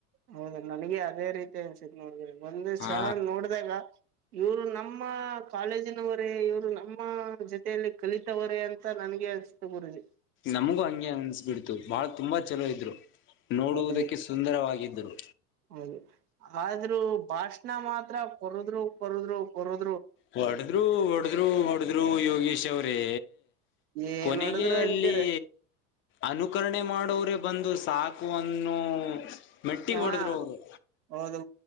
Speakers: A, on the right; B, on the left.
A: ಹೌದ ನನಗೆ ಅದೇ ರೀತಿ ಅನ್ಸ್ತು ನೋಡಿ ಒಂದು ಕ್ಷಣ
B: ಹಾ
A: ನೋಡಿದಾಗ ಇವ್ರು ನಮ್ಮ ಕಾಲೇಜಿನ ವರೇ ಇವರು ನಮ್ಮ ಜೊತೆಯಲ್ಲಿ ಕಲಿತವರೇ ಅಂತ ನನ್ಗೆ ಅನ್ಸ್ತು ಗುರುಜಿ
B: ನಮಗೂ ಹಂಗೆ ಅನ್ಸ್ಬಿಡ್ತು ಬಹಳ ತುಂಬಾ ಚಲೋ ಇದ್ರು ನೋಡುವುದಕ್ಕೆ
A: ಹೌದು
B: ಸುಂದರವಾಗಿದ್ದರು
A: ಹೌದು ಆದ್ರೂ ಭಾಷೆ ಮಾತ್ರ ಕೊರದ್ರು ಕೊರದ್ರು ಕೊರುದ್ರು
B: ಹೊಡದ್ರು ಹೊಡದ್ರು ಹೊಡದ್ರು ಯೋಗೀಶ್ ಅವ್ರೇ
A: ಏನ್
B: ಕೊನೆಗೆ
A: ಹೊಡದ್ರು
B: ಅಲ್ಲಿ
A: ಅಂತೀರಿ.
B: ಅನುಕರಣೆ ಮಾಡೋರೆ ಬಂದು ಸಾಕು ಅನ್ನೋ ಮೆಟ್ಟಿಗೆ
A: ಹಾ
B: ಹೊಡೆದ್ರು ಅವರು
A: ಹೌದು